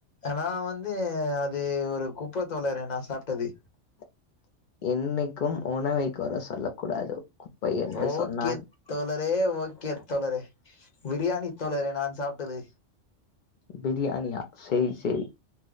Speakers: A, on the left (about 40°); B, on the left (about 60°).
A: நா வந்து து ஒரு குப்ப தோழரே நா சாப் ட்டது
B: என்னைக் என்னைக்கும் உணவை கொற சொல்ல கூடாது குப்பை என்று
A: ஓகே
B: சொன்னான்
A: தோழரே ஓகே தோழரே பிரியாணி தோழரே நான் சாப்டது
B: பிரியாணியா சேரி சேரி